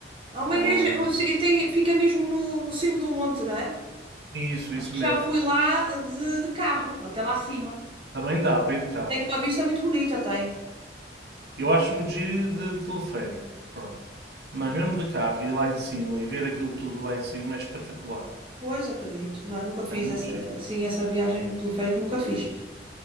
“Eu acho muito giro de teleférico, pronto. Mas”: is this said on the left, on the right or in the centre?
Right